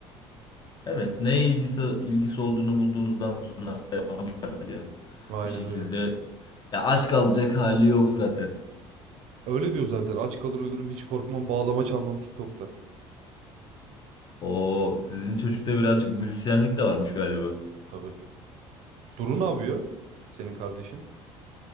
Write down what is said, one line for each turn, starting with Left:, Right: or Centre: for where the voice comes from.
Left: Evet. Neye ilgisi ilgisi olduğunu bulduğunuzdan sonra devam ediyor.
Right: Aynen
Left: Bir şekilde
Right: öyle.
Left: ya aşk alacak hali yok zaten.
Right: Öyle diyor zaten. Aç kalır ölürüm hiç korkmam bağlama çalmam TikTok'ta.
Left: Oo, sizin çocukta birazcık müzisyenlik de varmış galiba.
Right: Tabii. Duru ne yapıyor? Senin kardeşin.